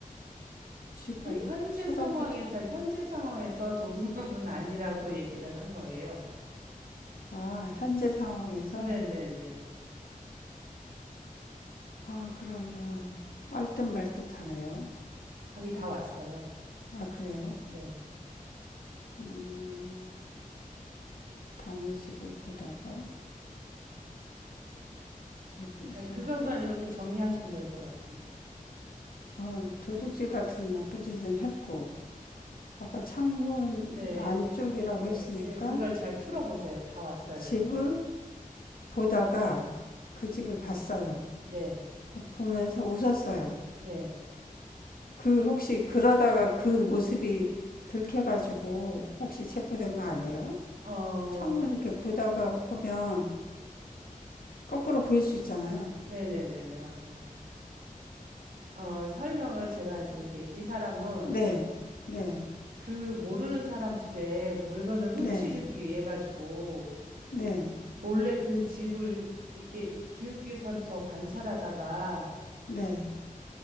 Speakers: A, on the left; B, on the right.
A: 집은
B: 그러니까 현재
A: 쳐다보다.
B: 상황에서 현재 상황에서 도둑놈은 아니라고 얘기를 한 거예요.
A: 아, 현재 상황에서?
B: 네네네.
A: 아, 그러면, 알듯말듯 하네요.
B: 거의 다 왔어요.
A: 아, 그래요?
B: 네.
A: 음. 남의 집을 보다가 웃었고
B: 그것만 이렇게 정리하시면 될 것 같은데.
A: 그럼 도둑질 같은 나쁜 짓은 했고 아까 창문
B: 네.
A: 안쪽이라고 했으니까
B: 그- 예, 그걸 잘 풀어보세요. 다 왔어요,
A: 집을
B: 정답.
A: 보다가 그 집을 봤어요.
B: 네.
A: 그 보면서 웃었어요.
B: 네.
A: 그 혹시 그러다가 그 모습이 들켜가지고 혹시 체포된 거 아니에요?
B: 어,
A: 창문 이렇게 보다가 보면 거꾸로 보일 수 있잖아요.
B: 네네네네, 맞아요. 어, 설명을 제가 드릴게요. 이 사람은
A: 네, 네,
B: 그 모르는 사람 집에 물건을 훔치기
A: 네,
B: 위해 가지고
A: 네,
B: 몰래 그 집을 이렇게 기웃기웃하면서 관찰하다가
A: 네,